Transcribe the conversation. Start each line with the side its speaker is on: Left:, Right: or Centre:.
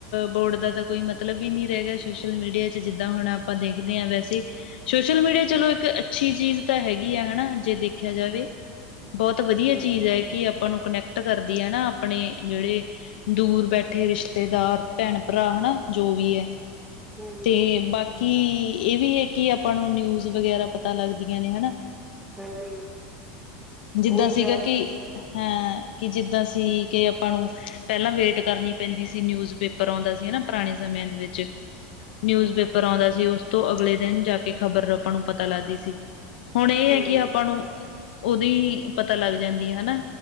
Left: ਬੋਰਡ ਦਾ ਤਾਂ ਕੋਈ ਮਤਲਬ ਹੀ ਨਹੀਂ ਰਹਿ ਗਿਆ, ਸੋਸ਼ਲ ਮੀਡੀਆ'ਚ ਜਿੱਦਾਂ ਹੁਣ ਆਪਾਂ ਦੇਖਦੇ ਹਾਂ, ਵੈਸੇ ਸੋਸ਼ਲ ਮੀਡੀਆ ਚਲੋ ਇੱਕ ਅੱਛੀ ਚੀਜ਼ ਤਾਂ ਹੈਗੀ ਆ, ਹਣਾ, ਜੇ ਦੇਖਿਆ ਜਾਵੇ। ਬਹੁਤ ਵਧੀਆ
Centre: ਹਾਂਜੀ
Left: ਚੀਜ਼ ਐ, ਕਿ ਆਪਾਂ ਨੂੰ ਕਨੈਕਟ ਕਰਦੀ ਹੈ ਨਾ ਆਪਣੇ ਜਿਹੜੇ ਦੂਰ ਬੈ ਇਥੇ ਰਿਸ਼ਤੇਦਾਰ, ਭੈਣ-ਭਰਾ ਹਨਾ ਜੋ ਵੀ ਐ,
Centre: ਹਾਂਜੀ
Left: ਤੇ ਬਾਕੀ ਕਿ ਇਹ ਵੀ ਹੈ ਕਿ ਆਪਾਂ ਨੂੰ ਨਿਊਜ਼ ਵਗੈਰਾ ਪਤਾ ਲੱਗਦੀਆਂ ਨੇ ਹਨਾ
Centre: ਹਾਂਜੀ,
Left: ਜਿੱਦਾਂ
Centre: ਉਹੀ
Left: ਸੀਗਾ
Centre: ਆ
Left: ਕਿ
Centre: ਹਮ
Left: ਹਾਂ ਕਿ ਜਿੱਦਾਂ ਸੀ ਕਿ ਆਪਾਂ ਨੂੰ ਪਹਿਲਾਂ ਵੇਟ ਕਰਨੀ ਪੈਂਦੀ ਸੀ ਨਿਊਜ਼ ਪੇਪਰ ਆਉਂਦਾ ਸੀ ਹਨਾ ਪੁਰਾਣੇ ਸਮਿਆਂ ਦੇ ਵਿੱਚ ਨਿਊਜ਼
Centre: ਹਮ
Left: ਪੇਪਰ ਆਉਂਦਾ ਸੀ ਉਸ ਤੋਂ ਅਗਲੇ ਦਿਨ ਜਾ ਕੇ ਖ਼ਬਰ ਆਪਾਂ ਨੂੰ ਪਤਾ ਲੱਗਦੀ ਸੀ ਹੁਣ ਇਹ
Centre: ਹਮ
Left: ਹੈ ਕਿ ਆਪਾਂ ਨੂੰ ਉਦੋਂ ਹੀ ਪਤਾ ਲੱਗ ਜਾਂਦੀ ਹੈ ਹਨਾ